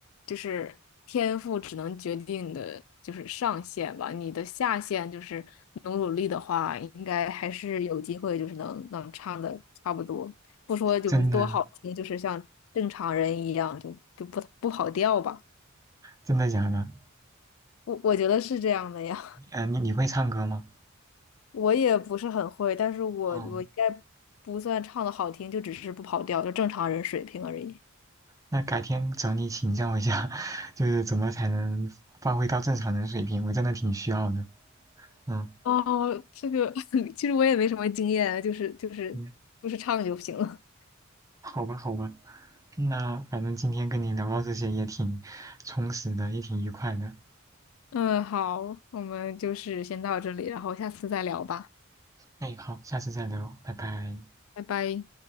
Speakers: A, on the left (about 70°); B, on the right (about 15°).
A: 就是天赋只能决定你的就是上限吧，你的下限就是努努力的话，应该还是有机会，就是能能唱的差不多，不说就是多好听，
B: 真的
A: 就是像正常人一样，就就不不跑调吧。
B: 真的假的？
A: 我我觉得是这样的呀。
B: 呃，你你会唱歌吗？
A: 我也不是很会，但是我我应该
B: 哦
A: 不算唱的好听，就只是不跑调，就正常人水平而已。
B: 那改天找你请教一下，<laughs> 就是怎么才能发挥到正常人水平，我真的挺需要的。嗯
A: 哦，这个 <laughs> 其实我也没什么经验啊，就是就是就是唱就行了。
B: 嗯，好吧好吧，那反正今天跟你聊到这些也挺充实的，也挺愉快的。
A: <laughs> 嗯，好，我们就是先到这里，然后下次再聊吧，
B: 哎，好，下次再聊，拜拜。
A: 拜拜。